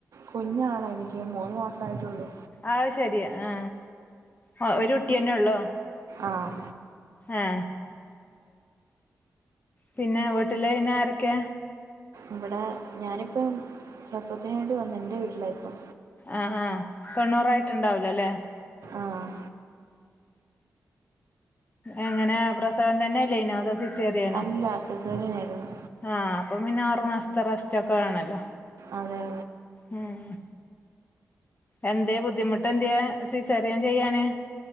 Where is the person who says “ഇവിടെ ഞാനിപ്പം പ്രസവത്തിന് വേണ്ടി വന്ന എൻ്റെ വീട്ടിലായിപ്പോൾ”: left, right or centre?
Right